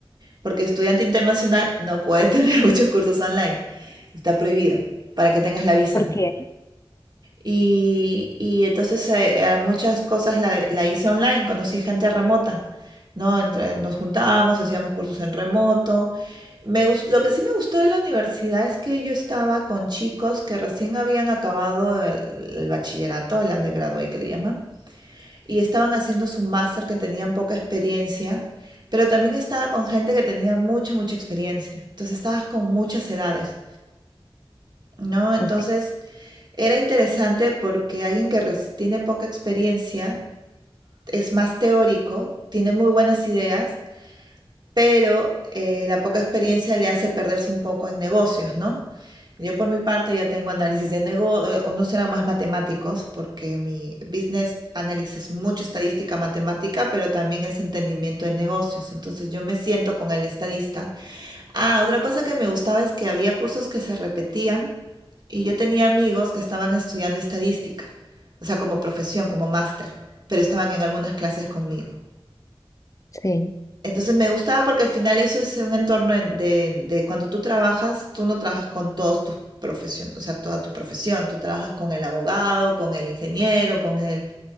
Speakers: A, on the right (about 50°); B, on the left (about 35°).
A: porque estudiante internacional no puede <laughs> tener muchos cursos online, está prohibido para que tengas la visa,
B: ¿Por
A: ¿no?
B: qué?
A: Y, y entonces eh, a muchas cosas la, la hice online, conocí gente remota, ¿no? Entre- nos juntábamos, hacíamos cursos en remoto. Me gus- lo que sí me gustó de la universidad es que yo estaba con chicos que recién habían acabado el, el bachillerato, el undergraduate que le llaman, y estaban haciendo su máster que tenían poca experiencia, pero también estaba con gente que tenía mucha, mucha experiencia. Entonces estabas con muchas edades, ¿no? Entonces...
B: Ok,
A: Era interesante porque alguien que res- tiene poca experiencia es más teórico, tiene muy buenas ideas, pero eh, la poca experiencia le hace perderse un poco en negocios, ¿no? Yo por mi parte ya tengo análisis de negocios, unos eran más matemáticos porque mi business analysis es mucho estadística matemática, pero también es entendimiento de negocios. Entonces yo me siento con el estadista Ah, otra cosa que me gustaba es que había cursos que se repetían y yo tenía amigos que estaban estudiando estadística, o sea, como profesión, como máster, pero estaban en algunas clases conmigo.
B: sí.
A: Entonces me gustaba porque al final eso es un entorno en- de, de cuando tú trabajas, tú no trabajas con todos tus profesiones, o sea, toda tu profesión, tú trabajas con el abogado, con el ingeniero, con el,